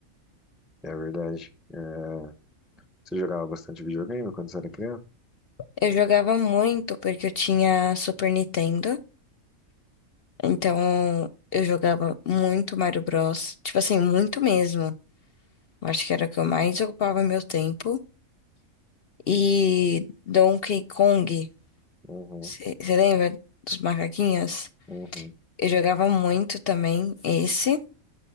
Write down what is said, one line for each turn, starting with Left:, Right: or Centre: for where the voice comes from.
Centre: É verdade. É, Você jogava bastante videogame quando você era criança?
Left: Eu jogava muito porque eu tinha Super Nintendo. Então eu jogava muito Mario Bros. Tipo assim, muito mesmo. Eu acho que era o que eu mais ocupava meu tempo. E Donkey Kong.
Centre: Uhum,
Left: Você lembra dos macaquinhos?
Centre: uhum.
Left: Eu jogava muito também esse.